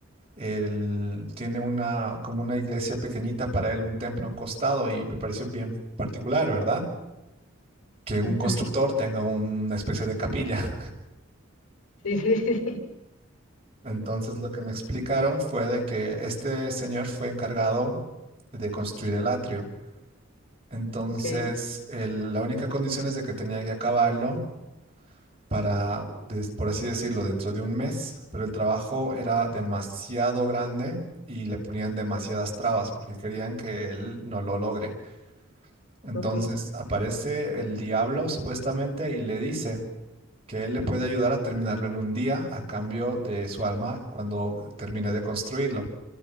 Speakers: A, on the right; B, on the left.
A: él tiene una como una iglesia pequeñita para él, un templo a un costado y me pareció bien particular, ¿verdad? Que un
B: ujú.
A: constructor tenga una especie de capilla.
B: Sí, sí, sí. <laughs>
A: <laughs> Entonces lo que me explicaron fue de que este señor fue encargado de construir el atrio. Entonces
B: Ok.
A: el- la única condición es de que tenía que acabarlo para, des- por así decirlo, dentro de un mes, pero el trabajo era demasiado grande y le ponían demasiadas trabas porque querían que él no lo logre. Entonces
B: Ok,
A: aparece el diablo supuestamente y le dice que él le puede ayudar a terminarlo en un día a cambio de su alma cuando termine de construirlo.